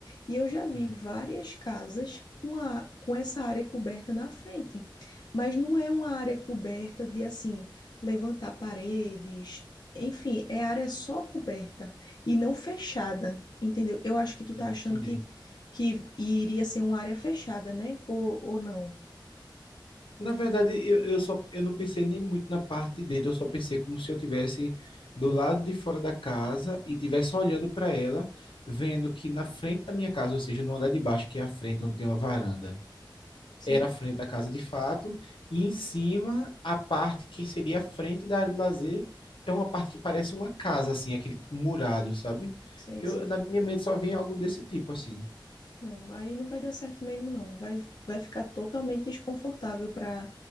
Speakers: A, on the left (about 55°); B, on the left (about 85°).
A: E eu já vi
B: hum,
A: várias casas com, a, com essa área coberta na frente, mas não é uma área coberta de assim, levantar paredes, enfim, é área só coberta e não fechada, entendeu? Eu acho que tu
B: sim,
A: tá achando
B: entendi.
A: que, que iria ser uma área fechada, né? Ou, ou não?
B: Na verdade, eu, eu só eu não pensei nem muito na parte de dentro, eu só pensei como se eu tivesse do lado de fora da casa e tivesse olhando para ela, vendo que na frente da minha casa, ou seja, no andar de baixo, que é a frente onde tem uma varanda,
A: Sim,
B: era a frente da casa de fato, e em cima, a parte que seria a frente da área de lazer é uma parte que parece uma casa, assim, aquele murado, sabe?
A: sim,
B: Eu,
A: sim.
B: na minha mente só vinha algo desse tipo, assim.
A: Não, aí não vai dar certo mesmo, não. Vai, vai ficar totalmente desconfortável para